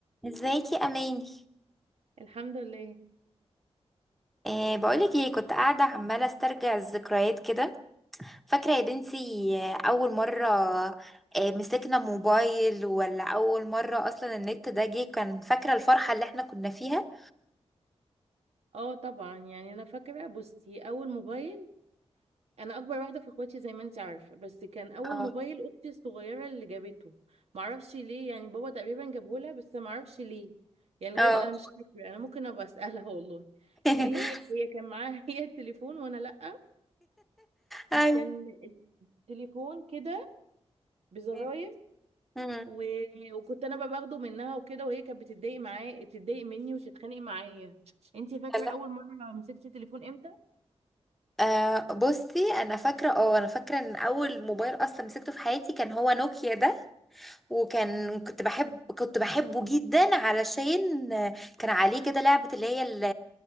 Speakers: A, in the centre; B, on the right.
A: ازيك يا اماني
B: الحمد لله
A: أه بقولك ايه كنت قاعده عماله استرجع الذكريات كده فاكره يا بنتي آه، اول مره أه مسكنا موبايل ولا اول مره اصلا النت ده جه كان فاكره الفرحه اللي احنا كنا فيها
B: اه طبعا يعني انا فاكره بصي اول موبايل انا اكبر واحده في اخواتي زي ما انت عارفه بس كان اول
A: اه
B: موبايل اختي الصغيره اللي جابته معرفش ليه يعني بابا تقريبا جابه لها بس معرفش ليه يعني لغايه
A: اه
B: دل- انا مش فاكره انا ممكن ابقى اسالها <laughs> والله
A: <laughs>
B: ليه هي هي كان معاها <laughs> هي التليفون وانا لا
A: ايوه
B: كان التليفون كده بزراير
A: أيوة. مم.
B: و... وكنت انا بقى باخده منها وكده وهي كانت بتتضايق معايا تتضايق مني وتتخانق معايا انتي فاكره
A: يلا
B: اول مره مسكتي تليفون امتى
A: أه بصي انا فاكره اه انا فاكره ان اول موبايل اصلا مسكته في حياتي كان هو نوكيا ده وكان كنت بحب كنت بحبه جدا علشان كان عليه كده لعبة اللي هي ال